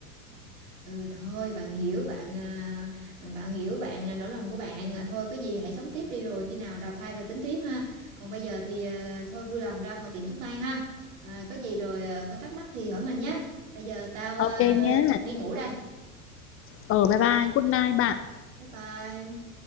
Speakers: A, on the right; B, on the left.
A: ừ thôi bạn hiểu bạn à, bạn hiểu bạn à, nỗi lòng của bạn à, thôi có gì hãy sống tiếp đi rồi khi nào đào thai rồi tính tiếp ha còn bây giờ thì ờ, thôi vui lòng ra ngoài tiệm thuốc tây ha à, có gì rồi ờ, có thắc mắc thì hỏi mình nhé bây giờ tao ờ,
B: Ok nhá
A: đi ngủ đây
B: Ờ bye bye good night bạn
A: bye bye